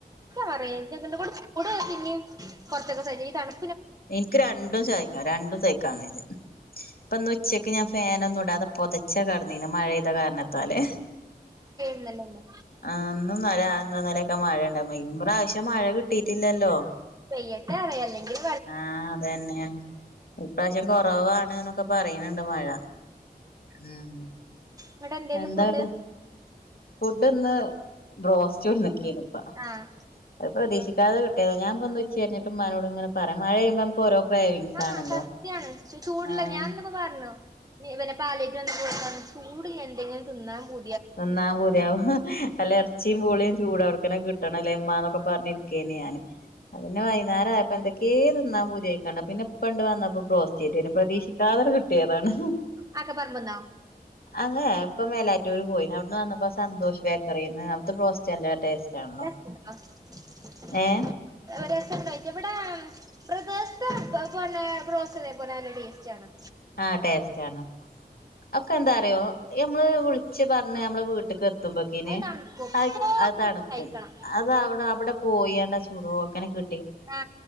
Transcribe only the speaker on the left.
എനിക്ക് രണ്ടും സഹിക്ക രണ്ടും സഹിക്കാൻ വയ്യ ഇപ്പോ ന്ന് ഉച്ചക്ക് ഞാൻ ഫാനൊന്നും ഇടാതെ പൊത ന്നിന് മഴെയ്ത കാരണത്താല്
ആഹ് ഇന്നുംന്നലേ ഇന്നും ഇന്നലെ ഒക്കെ മഴ ഇണ്ടായി ഇമ്രാശ്യം മഴ കിട്ടീട്ടില്ലല്ലോ
ആഹ് അതന്നെ ഇപ്രാശ്യം കൊറവാണ്ന്ന് ഒ ക്കെ പറയ്ണണ്ട് മഴ ഉം
എന്താട്
ഫുഡ് ന്ന് ബ്രോസ്റ്റ് <unintelligible> കെയ്രുന്നു ഉപ്പ
അത് പ്രതീക്ഷിക്കാതെ കിട്ട് ഞാൻ പ്പന്ന് ഉച്ചരിഞ്ഞിട്ട് ഉമ്മനോട് ഇങ്ങനെ പറ മഴെയ്യുമ്പോ നമുക്ക് ഓരോ ക്രേവിങ്സ്
ആണല്ലോ
ആഹ്
തിന്നാം പൂതിയാവും നല്ല എറച്ചിം പൂളേം ചൂടൊട്ക്കനെ കിട്ടണംല്ലേ മ്മാനൊ ക്കെ പറഞ്ഞിരിക്കേന ഞാനും അതന്നെ വൈന്നേരം ആയപ്പോ എന്തൊക്കെയോ തിന്നാൻ പൂതിയായ്ക്ക്ണു പിന്നെ കൊണ്ട് വന്നപ്പോ ബ്രോസ്റ്റ് ചെയ്തു തരും പ്രതീക്ഷിക്കാതെന്നെ കിട്ടിയതാണ്
അങ്ങനെ ഇപ്പ മേലാറ്റൂര് പോയിന് അവിടുന്ന് വന്നപ്പോ സന്തോഷ് ബേക്കറിന്ന് അവിടുത്തെ ബ്രോസ്റ്റ് നല്ല ടേസ്റ്റ് ആണല്ലോ
ഏഹ്
ആഹ് ടേസ്റ്റ് ആണ് അക്കെ എന്താ അറിയോ മ്മള് വിളിച്ച് പറ ഞ്ഞ് നമ്മള വീട്ട്ക്ക് ത്തുമ്പക്കിന്
അ അത് തണുക്കും
അതവിടെ അവിടെ പോയണ്ട ചൂടോട്ക്കനെ കി